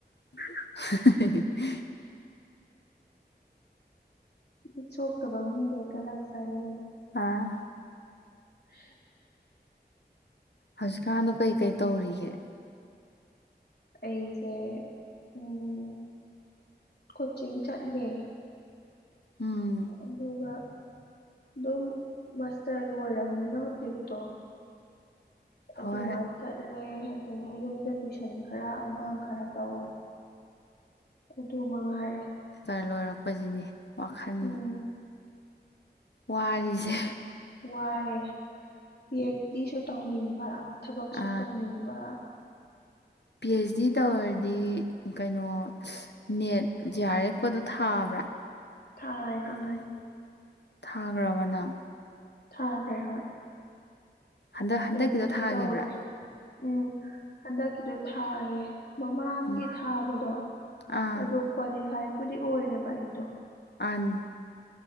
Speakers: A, on the left; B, on the left.
A: <inaudible>
B: ꯃꯤꯠ ꯁꯣꯛꯇꯕ ꯃꯤꯒꯩ ꯀꯂꯛꯆꯔꯤꯕꯅꯤ
A: ꯑꯥ
B: <inaudible>
A: ꯍꯧꯖꯤꯛꯀꯥꯟꯗꯣ ꯀꯩꯀꯩ ꯇꯧꯔꯤꯒꯦ
B: ꯑꯩꯁꯦ ꯎꯝ ꯀꯣꯆꯤꯡ ꯆꯠꯂꯦ
A: ꯎꯝ
B: ꯑꯗꯨꯒ ꯑꯗꯨꯝ ꯃꯁ ꯇꯔ ꯂꯣꯏꯔꯕꯅꯤꯅ ꯍꯧꯖꯤꯛꯇꯣ ꯑꯗꯨꯃꯥꯏ
A: ꯍꯣꯏ
B: ꯆꯠꯂꯦ ꯑꯗꯒꯤ ꯌꯨꯝꯗ ꯇꯨꯏꯁꯟ ꯈꯔ ꯑꯉꯥꯡ ꯈꯔ ꯇꯧꯋꯦ ꯑꯗꯨ ꯃꯉꯥꯏꯔꯦ
A: ꯆꯔ ꯂꯣꯏꯔꯛꯄꯁꯤꯅꯦ ꯋꯥꯈꯜ
B: ꯎꯝ
A: ꯋꯥꯔꯤꯁꯦ
B: ꯋꯥꯏꯌꯦ ꯄꯤ ꯑꯩꯆ ꯇꯤꯁꯨ ꯇꯧꯅꯤꯡꯕ ꯊꯕꯛꯁꯨ
A: ꯑ
B: ꯇꯧꯅꯤꯡꯕ
A: ꯄꯤ ꯑꯩꯆ ꯗꯤ ꯇꯧꯔꯗꯤ ꯀꯩꯅꯣ ꯅꯦꯠ ꯖꯤ ꯑꯥꯔ ꯑꯦꯐꯀꯗꯣ ꯊꯥꯕ꯭ꯔꯥ
B: ꯊꯥꯔꯦ
A: ꯊꯥꯏꯌꯦ
B: ꯎꯝ
A: ꯊꯥꯒ꯭ꯔꯕ ꯅꯪ
B: ꯊꯥꯈ꯭ꯔꯦ ꯍꯣꯏ
A: ꯍꯟꯗꯛ ꯍꯟꯗꯛꯀꯤꯗꯣ
B: ꯀꯩꯅꯣꯗꯤ
A: ꯊꯥꯈꯤꯕ꯭ꯔꯥ
B: ꯇꯧꯔꯦ ꯎꯝ ꯍꯟꯗꯛꯀꯤꯗꯣ ꯊꯥꯏꯌꯦ ꯃꯃꯥꯡꯒꯤ
A: ꯎꯝ
B: ꯊꯥꯕꯗꯣ
A: ꯑꯥ
B: ꯑꯗꯨ ꯀ꯭ꯋꯥꯂꯤꯐꯥꯏꯠꯄꯨꯗꯤ ꯑꯣꯏꯔꯦꯕ ꯑꯩꯗꯣ
A: ꯑꯟ